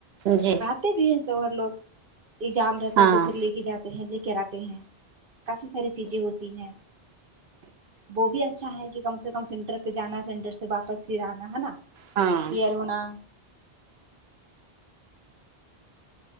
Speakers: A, on the right; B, on the right.
A: جی
B: کرتے بھی ہیں شوہر لوگ ایگزام رہتا
A: ہاں
B: ہے تو پھر لے کے جا تہہ لے کر آتے ہیں کافی ساری چیزیں ہوتی ہیں وہ بھی اچھا ہے کہ کم سے کم سینٹر پہ جانا سینٹر سے واپس پھر آنا ہے نا
A: ہاں
B: کیئر ہونا